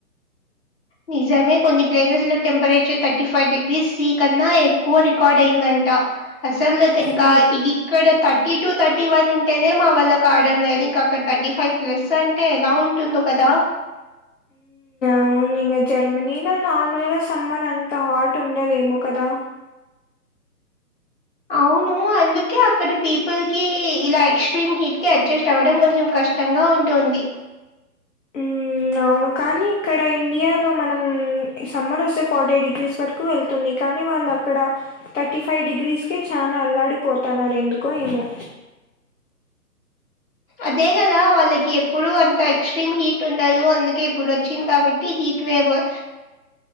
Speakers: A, on the left; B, on the left.
A: నిజమే కొన్ని ప్లేసెస్ లో temperature thirty five degrees C కన్నా ఏక్కువ రికార్డ్ అయిందంట అసలు తింకా
B: హ్మ్.
A: ఈ ఇక్కడ థర్టీ టూ థర్టీ వన్ ఉంటేనే మా వల్ల కావడం లేదు ఇంకా అక్కడ థర్టీ ఫైవ్ ప్లస్ అన్ టే ఎలా ఉంటుందో కదా బ్లాంక్
B: అవునింగ జర్మనీలో నార్మల్గా సమ్మర్ అంత హాట్ ఉండదేమో కదా
A: అవును అందుకే అక్కడ పీపుల్ కి ఇలా ఎక్స్ట్రీమ్ హీట్ కి అడ్జస్ట్ అవ్వడం కొంచెం కష్ ష్టంగా ఉంటుంది
B: ఉమ్ అవును కానీ ఇక్కడ ఇండియాలో మనం సమ్మర్ వస్తే ఫార్టీ డిగ్రీస్ వరకు కు వెళ్తుంది కానీ వాళ్ళక్కడ థర్టీ ఫైవ్ డిగ్రీస్ కే చానా అల్లాడిపోతున్నారూ ఎందుకో ఏమో
A: అదే కదా వాళ్ళకి ఎప్పుడు అంత ఎక్స్ట్రీమ్ హీట్ ఉండదు అందుకే ఇప్పుడు వచ్చింది కాబట్టి హిట్ వేవ్ బో